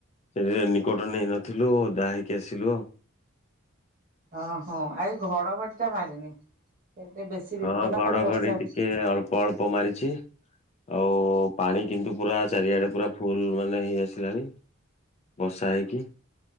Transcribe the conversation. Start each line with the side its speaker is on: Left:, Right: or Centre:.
Left: ରେନିକୋଟ ନେଇନଥିଲୁ ଆଉ ଓଦା ହେଇକି ଆସିଲୁ ଆଉ।
Right: ଓହୋ ଆଜି ଘଡଘଡି ଟା ମାରିନି ସେଟା ବେଶୀ ବିପଦ
Left: ହଁ ଘଡଘଡି
Right: ଖାଲି ବର୍ଷା ହେଛି।
Left: ଟିକେ ଅଳ୍ପ ଅଳ୍ପ ମାରିଛି। ଆଉ ପାଣି କିନ୍ତୁ ପୁରା ଚାରିଆଡେ ପୁରା ଫୁଲ ମାନେ ହେଇ ଆସିଲାଣି। ବର୍ଷା ହେଇକି